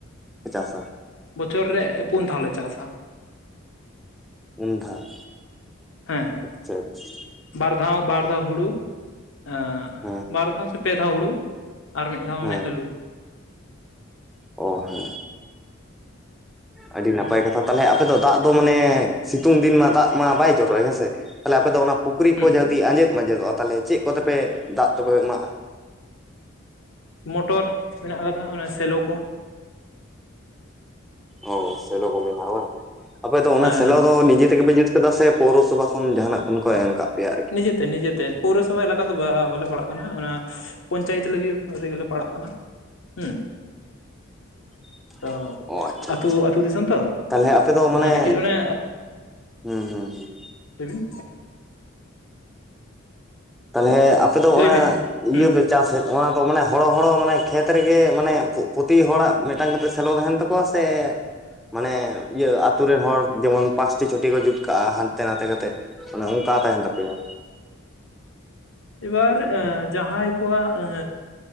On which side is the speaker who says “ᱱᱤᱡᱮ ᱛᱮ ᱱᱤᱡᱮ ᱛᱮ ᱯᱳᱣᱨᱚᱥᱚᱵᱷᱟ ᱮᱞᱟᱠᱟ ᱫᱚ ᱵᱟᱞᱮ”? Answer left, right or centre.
Left